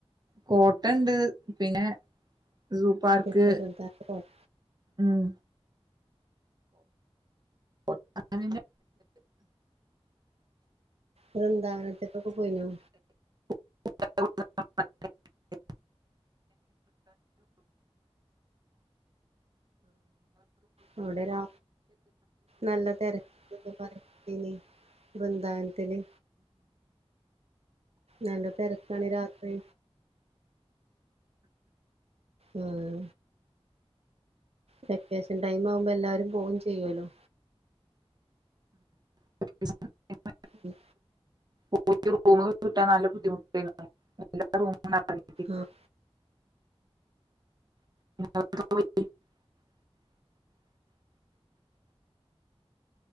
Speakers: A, on the right (about 40°); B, on the right (about 70°).
A: കോട്ട ണ്ട് പിന്നെ സൂ പാർക്ക്
B: ടിപ്പു സുൽത്താന്റെ കോട്ട
A: ഉം. ഓ അങ്ങനന്നെ
B: വൃന്ദാവനത്ത്ക്കൊക്കെ പോയിന്നോ?
A: <inaudible>
B: അവടെ രാ നല്ല തെരക്കെക്കെ പറഞ്ഞീനി വൃന്ദാവന ത്തില് നല്ല തെരക്കാണ് രാത്രി. ആഹ്. വെക്കേഷൻ ടൈമാവുമ്പോ എല്ലാരും പോവും ചെയ്യോല്ലോ.
A: <unintelligible>
B: ഉം.
A: <inaudible> ക്കൊ കിട്ടാ നല്ല ബുദ്ധിമുട്ടായ്ന്നു എല്ലാ റൂമും <unintelligible>
B: ആഹ്.
A: <unintelligible>